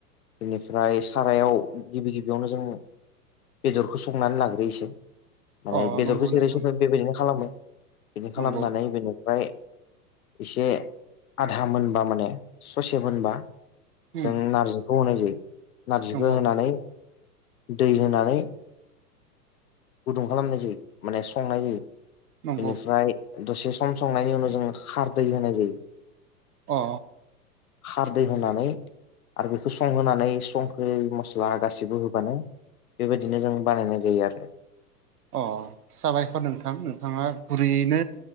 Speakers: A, on the left (about 60°); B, on the right (about 70°).
A: बेनिफ्राय सारायाव गिबि गिबियावनो जों बेदरखौ संनानै लाग्रोयोसो माने
B: अ
A: बेदरखौ
B: नंगौ
A: जेरै
B: नोंथां
A: सङो बेबायदिनो खालामो बिदि खालामनानै
B: नंगौ
A: बेनिफ्राय एसे आधा मोनबा माने ससे मोनबा जों
B: उम
A: नार्जिखौ होनाय जायो नारजिखौ
B: नंगौ
A: होनानै दै होनानै गुदुं खालामनाय जायो माने संनाय जायो
B: नंगौ
A: बेनिफ्राय दसे सम संनायनि उनाव जोङो खारदै होनाय जायो।
B: अ
A: खारदै होनानै आरो बेखौ संहोनानै संख्रि मस्ला गासिबो होबानो बेबायदिनो जों बानायनाय बे आरो
B: अ साबायखर नोंथां नोंथाङा गुरैयैनो